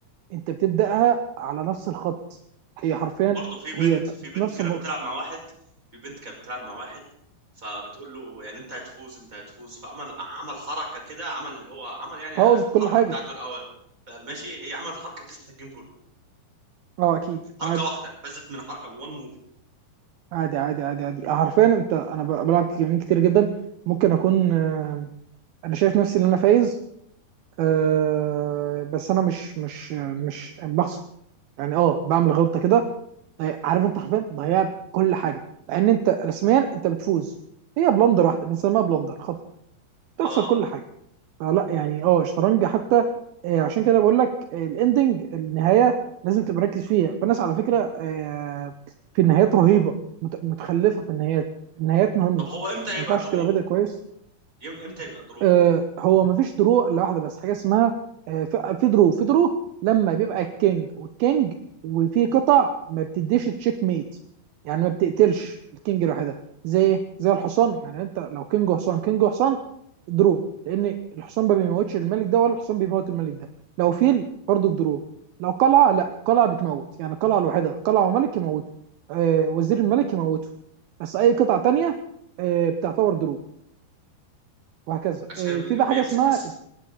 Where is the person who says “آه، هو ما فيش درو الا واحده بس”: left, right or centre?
Right